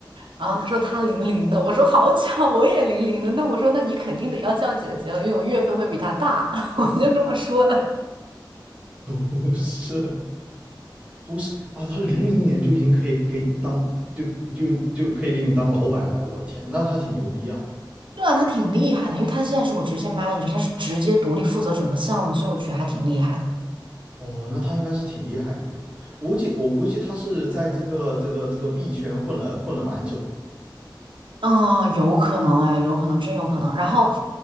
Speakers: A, on the right (about 80°); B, on the right (about 15°).
A: 然后他说他零零的，我说好巧，我也零零的，那我说那你肯定得要叫姐姐了，因为我月份会比他大，<laughs> 我就这么说的。
B: 不是，不是啊，他零零年就已经可以给当就就就可以给你当老板了呀！我的天，那他挺牛逼啊！
A: 对啊，他挺厉害的，因为他现在是我直线 manager，他是直接独立负责整个项目，所以我觉得还挺厉害的。
B: 哦，那他应该是挺厉害的一个，我估计我估计他是在这个这个这个币圈混了混了蛮久的，
A: 嗯，有可能呀，有可能，真有可能。然后